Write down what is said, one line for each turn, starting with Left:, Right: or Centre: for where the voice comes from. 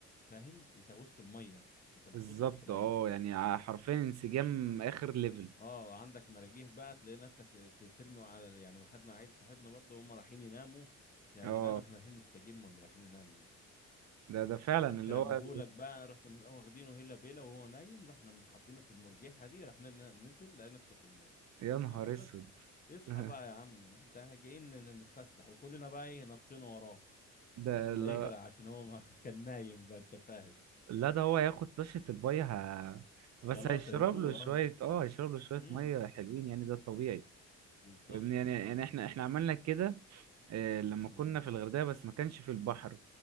Left: فاهم انت وسط الميه انت محطوط
Right: بالظبط
Left: وسط ميه
Right: اه يعني ع- حرفيا انسجام اخر ليفل
Left: اه عندك مراجيح بقى تلاقي نفسك ترمي على يعني خدنا عيل صاحبنا برضه هم رايحين يناموا يا
Right: اه
Left: جدعان احنا رايحين نستجم ولا رايحين ننام
Right: ده ده فعلا
Left: رحت
Right: اللي
Left: رموهولك
Right: هو
Left: بقى رحت مس- واخدينه هيلا بيلا وهو نايم رحنا حاطينه في المرجيحه دي رحنا ن- نزل لقى نفسه في الميه
Right: يا نهار
Left: ما بس
Right: اسود
Left: يصحى
Right: <laughs>
Left: بقى يا عم احنا جايين ن- نتفسح وكلنا بقى ايه نطينا وراه
Right: ده
Left: عشان
Right: لا
Left: لا يغرق عشان هو ما <laughs> كان نايم بقى انت فاهم
Right: لا ده هو هياخد طشة الباي ه... بس
Left: خلاص
Right: هيشرب
Left: هيفوق
Right: له شوية
Left: اه
Right: اه هيشرب له شوية
Left: امم
Right: مية حلوين يعني ده الطبيعي
Left: بالظبط
Right: فاهمني يعني يعني احنا احنا عملنا كده آه، لما كنا
Left: امم
Right: في الغردقة بس ما كانش في البحر